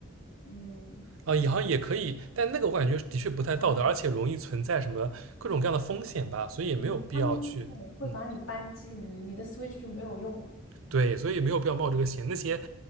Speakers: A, on the left; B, on the right.
A: 嗯，
B: 啊，也好像也可以，但那个我感觉的确不太道德，
A: 我觉得。
B: 而且容易存在什么各种各样的风险吧，所以也没有必要去，
A: 嗯，他们对会把你扳机，
B: 嗯，
A: 你的你的 Switch 就没有用了。
B: 对，所以没有必要冒这个险。那些